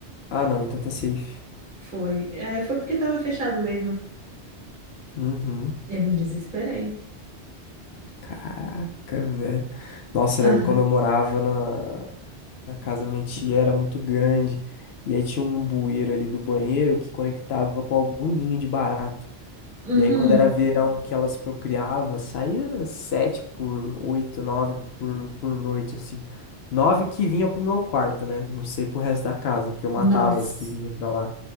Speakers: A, on the left; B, on the right.
A: Ah, não, então tá safe.
B: Foi. É, foi porque tava fechado mesmo.
A: Uhum.
B: Eu me desesperei.
A: Caraca, velho. Nossa,
B: Aham.
A: eu lembro quando eu morava na, na casa da minha tia, era muito grande. E aí tinha um bueiro ali do banheiro que conectava com algum ninho de barata.
B: Uhum.
A: E aí, quando era verão que elas procriavam, saía sete por oito, nove por, por noite, assim. Nove que vinha pro meu quarto, né? Não sei pro resto da casa, porque eu matava
B: Nossa.
A: as que vinham pra lá.